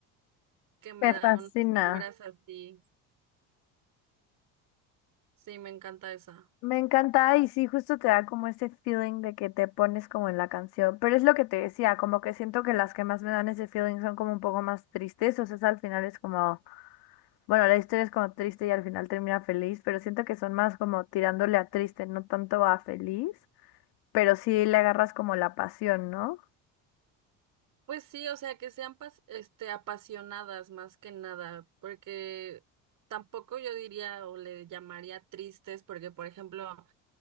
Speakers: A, on the right; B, on the left.
A: que me
B: Me
A: da
B: fascina.
A: unas vibras así, sí, me encanta esa.
B: Me encanta y sí, justo te da como ese feeling de que te pones como en la canción. Pero es lo que te decía, como que siento que las que más me dan ese feeling son como un poco más tristes. O sea, es al final es como, bueno, la historia es como triste y al final termina feliz, pero siento que son más como tirándole a triste, no tanto a feliz. Pero sí le agarras como la pasión, ¿no?
A: Pues sí, o sea, que sean pas- este, apasionadas más que nada, porque tampoco yo diría o le llamaría tristes, porque por ejemplo...